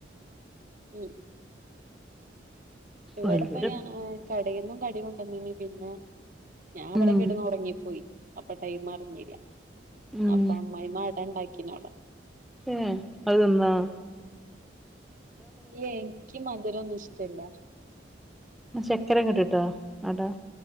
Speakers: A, on the right; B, in the centre.
A: ഉം ഇവടെ
B: വല്ല്യോര്
A: പോ ഞാ <unintelligible> കടേന്നും കടി കൊണ്ടന്നിനി പിന്നെ ഞാൻ ഇവടെ
B: ഉം
A: കെടന്ന് ഒർങ്ങിപ്പോയി. അപ്പൊ ടൈം അറിഞ്ഞില്ല
B: ഉം
A: അപ്പൊ അമ്മായി മാടെണ്ടാക്കിന്നോളാം.
B: ഏ അ <unintelligible>
A: എ ഇൻക്കി മധുര ഒന്നും ഇഷ്ടല്ല.
B: ചക്കര ഇങ്ങൻട്ടട്ടാ അടാ